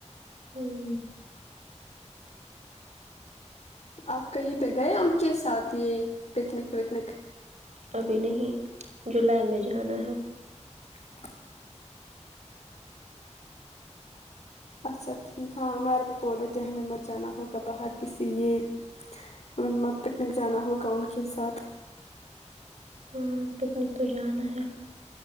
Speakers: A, on the right; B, on the left.
A: ہوں
B: آپ کہیں پہ گئے ان کے ساتھ یہ پکنک وکنک
A: ابھی نہیں جولائی میں جانا ہے
B: اچ اچھا ٹھیک ہاں عمیر بھیہ بول رہے تھے ہمیں مت جانا ہوگا باہر کسی یہ ہمیں مت پکنک جانا ہوگا ان کے ساتھ
A: ہاں پکنک تو جانا ہے